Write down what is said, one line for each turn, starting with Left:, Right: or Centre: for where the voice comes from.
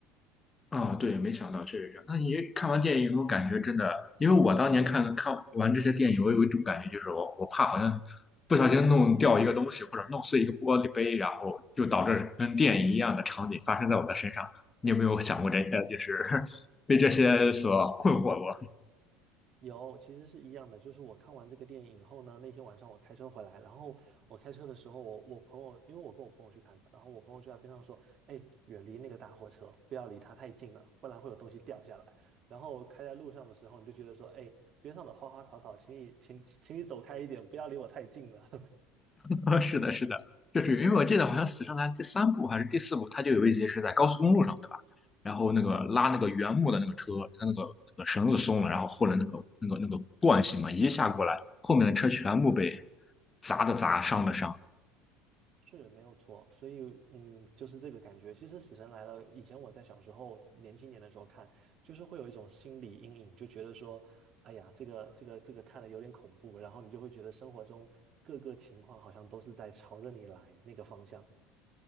Left: 啊、对，没想到确实是这样。那你看完电影有没有感觉真的？因为我当年看看完这些电影，我有一种感觉，就是我我怕好像不小心弄掉一个东西，或者弄碎一个玻璃杯，然后就导致跟电影一样的场景发生在我的身上。你有没有想过这些？就是 <laughs> 被这些所困惑过？
Right: 有，其实是一样的。就是我看完这个电影以后呢，那天晚上我开车回来，然后我开车的时候，我我朋友，因为我跟我朋友去看的，然后我朋友就在边上说：“哎，远离那个大货车，不要离它太近了，不然会有东西掉下来。”然后开在路上的时候，你就觉得说：“哎，边上的花花草草，请你请请你走开一点，不要离我太近了。”
Left: 啊，是的，是的，就是因为我记得好像《死神来了第三部还是第四部，它就有一集是在高速公路上，对吧？然后那个拉那个原木的那个车，它那个那个绳子松了，然后或者那个那个那个惯性嘛，一下过来，后面的车全部被砸的砸，伤的伤。
Right: 是没有错，所以嗯，就是这个感觉。其实《死神来了》以前我在小时候年轻年的时候看，就是会有一种心理阴影，就觉得说，哎呀，这个这个这个看了有点恐怖，然后你就会觉得生活中各个情况好像都是在朝着你来那个方向，